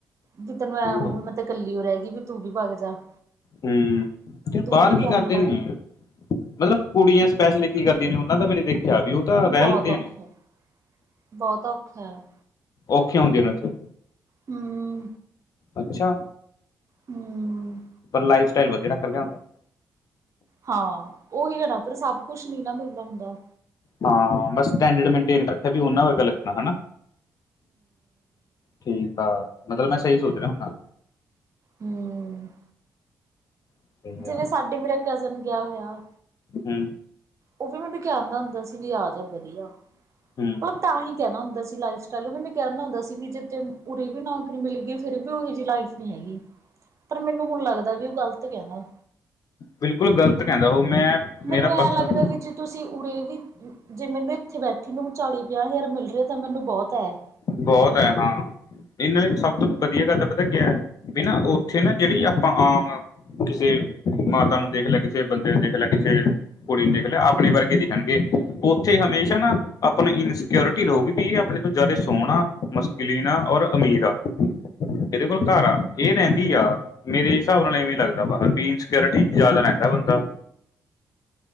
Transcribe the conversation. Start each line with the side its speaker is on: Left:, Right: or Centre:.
Right: ਵੀ ਤੈਨੂੰ ਐਂ ਉਹ
Left: ਹੂੰ
Right: ਵੀ, ਮੈਂ ਕੱਲੀ ਰਹਿ ਗਈ ਵੀ ਤੂੰ ਵੀ ਬਾਹਰ ਜਾ।
Left: ਹੂੰ, ਤੇ
Right: ਤੂੰ
Left: ਬਾਹਰ
Right: ਵੀ ਕਰ
Left: ਕੀ ਕਰਦੇ
Right: ਲਾ
Left: ਨੇ? ਮਤਲਬ ਕੁੜੀਆਂ ਸਪੈਸ਼ਲੀ ਕੀ ਕਰਦੀਆਂ ਨੇ, ਉਹਨਾਂ ਦਾ ਮੈ ਨੀ ਦੇਖਿਆ ਵੀ ਉਹ। ਤਾਂ
Right: ਮਤਲਬ
Left: ਰਹਿ
Right: ਬਹੁਤ
Left: ਲੈਂਦੀਆਂ
Right: ਔਖਾ
Left: ਨੇ
Right: ਬਹੁਤ ਔਖਾ ਹੈ।
Left: ਔਖੀਆਂ ਹੁੰਦੀਆਂ ਨਾੱਥੇ।
Right: ਹਮ।
Left: ਅੱਛਾ
Right: ਹੂੰ
Left: ਪਰ ਲਾਈਫ ਸਟਾਈਲ ਵਧੀਆ ਰੱਖ ਗਿਆ ਹੁੰਦਾ
Right: ਹਾਂ ਉਹੀ ਹੈ ਨਾ ਉੱਧਰ ਸਭ ਕੁਛ ਨੀ ਨਾ ਮਿਲਦਾ ਹੁੰਦਾ
Left: ਹਾਂ ਬਸ ਸਟੈਂਡਡ ਮਨਟਨ ਰੱਖਿਆ ਵੀ ਉਹਨਾਂ ਵਰਗਾ ਲੱਗਣਾ ਹਨਾ ਠੀਕ ਆ ਮਤਲਬ ਮੈਂ ਸਹੀ ਸੋਚ ਰਿਹਾ ਹੁੰਦਾ
Right: ਹਮ।
Left: ਸਹੀ
Right: ਜਿਵੇਂ
Left: ਆ
Right: ਸਾਡੇ ਮੇਰਾ ਕਜ਼ਨ ਗਿਆ ਹੋਇਆ।
Left: ਹਮ।
Right: ਉਹ ਵੀ ਮੈਨੂੰ ਕਹਿਦਾ ਹੁੰਦਾ ਸੀ ਵੀ ਆ ਜਾ ਵਧੀਆ।
Left: ਹੂੰ
Right: ਮਤਲਬ ਤਾਂ ਹੀ ਕਹਿਣਾ ਹੁੰਦਾ ਸੀ ਲਾਈਫ ਸਟਾਈਲ ਮੈਨੂੰ ਕਹਿਦਾ ਹੁੰਦਾ ਸੀ ਵੀ ਜੇ ਉਰੇ ਵੀ ਨਾ। ਮਿਗੀਈ ਫੇਰ ਵੀ ਉਹੋ ਜਿਹੀ ਲਾਈਫ ਨੀ ਹੈਗੀ ਪਰ ਮੈਨੂੰ ਹੁਣ ਲੱਗਦਾ ਵੀ ਉਹ ਗਲਤ ਕ ਨਾ
Left: ਬਿਲਕੁਲ ਗਲਤ ਕਹਿੰਦਾ ਉਹ ਮੈਂ।
Right: ਮੈਨੂੰ
Left: ਮੇਰਾ
Right: ਐਂ
Left: ਪਰਸਨ
Right: ਲੱਗਦਾ ਵੀ ਜ ਤੁਸੀਂ ਉਰੇ ਵੀ, ਜੇ ਮੈਨੂੰ ਇੱਥੇ ਬੈਠੇ ਨੂੰ ਚਾਲੀ, ਪੰਜਾਹ-ਹਜ਼ਾਰ ਮਿਲ ਰਿਹਾ ਤਾਂ ਮੈਨੂੰ ਬਹੁਤ ਹੈ।
Left: ਬਹੁਤ ਹੈ ਹਾਂ। ਇਹਨਾਂ ਨੇ ਸਭ
Right: ਹਮ
Left: ਤੋਂ ਵਧੀਆ ਗੱਲ ਪਤਾ ਕਿਆ ਏ ਬੀ ਨਾਂ ਉੱਥੇ ਨਾ, ਜਿਹੜੀ ਆਪਾਂ ਆਮ ਕਿਸੇ ਮਾਤਾ ਨੂੰ ਦੇਖਲਿਆ, ਕਿਸੇ ਬੰਦੇ ਨੂੰ ਦੇਖਲਿਆ, ਕਿਸੇ ਕੁੜੀ ਨੂੰ ਦੇਖਲਿਆ ਆਪਣੇ ਵਰਗੇ ਦਿਖਣਗੇ, ਉੱਥੇ ਹਮੇਸ਼ਾ ਨਾ ਆਪਣੀ ਇਨਸੀਕਿਓਰ ਕੀ ਰੋ‌ਵੀਪੀ ਆ ਇਹ ਆਪਣੇ ਤੋਂ ਜ਼ਿਆਦੇ ਸੋਹਣਾ, ਮਸਕਿਲੀਨਾ ਔਰ ਅਮੀਰ ਆ। ਇਹਦੇ ਕੋਲ ਘਰ ਆ ਇਹ ਰਹਿੰਦੀ ਆ, ਮੇਰੇ ਹਿਸਾਬ ਨਾਲ ਇਵੇਂ ਲੱਗਦਾ ਬੀਨਸ ਸੀਕਿਓਰਟੀ ਜਿਆਦਾ ਰਹਿੰਦਾ ਬੰਦਾ।